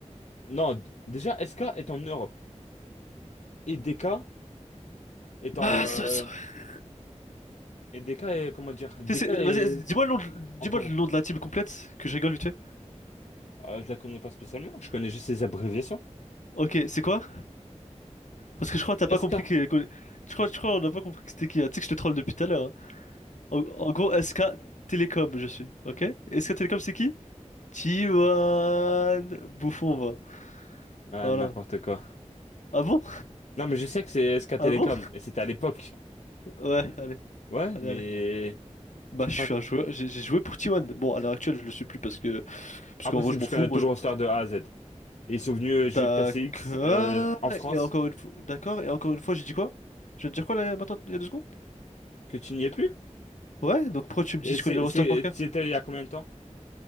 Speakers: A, on the left (about 70°); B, on the left (about 85°).
A: Non, d- déjà SK est en Europe. Et DK est en...
B: Ah,
A: euh,
B: c'est c'est vrai.
A: Et DK est... Comment dire? DK
B: C'est- c'est-
A: est
B: Vas-y, dis-moi le nom de...
A: en
B: dis-moi
A: Corée.
B: le nom de la team complète, que je rigole vite fait.
A: Euh, je la connais pas spécialement, je connais juste ses abréviations.
B: Ok, c'est quoi? Parce que je crois que t'as
A: SK.
B: pas compris que... que- Je crois, je crois, on n'a pas compris que c'était qui. hein. Tu sais que je te troll depuis tout à l'heure. hein. En, en gros, SK Telecom je suis. Ok? SK Telecom c'est qui? Tiwan Bouffon, va.
A: Ah,
B: Voilà.
A: n'importe quoi.
B: Ah bon?
A: Non, mais je sais que c'est SK
B: Ah
A: Telecom,
B: bon?
A: et c'était à l'époque.
B: Ouais, allez,
A: Ouais,
B: allez,
A: mais
B: allez. Bah,
A: je crois
B: je suis
A: que-
B: un joueur, j'ai j'ai joué pour t Tiwan. Bon, à l'heure actuelle, je le suis plus parce que, parce
A: impossible,
B: qu'en vrai, je
A: je
B: m'en fous.
A: connais
B: Moi,
A: tout
B: je...
A: le roster de A à Z. Et ils sont venus euh,
B: D'accord.
A: jouer le K C X euh, en France,
B: Et encore une fois, d'accord. Et encore une fois, j'ai dit quoi? Je viens de dire quoi là, maintenant, il y a deux secondes?
A: que tu n'y es plus?
B: Ouais, donc pourquoi tu me
A: Et
B: dis que
A: c'est,
B: je connais le roster
A: c'est,
B: par cœur?
A: tu y étais il y a combien de temps?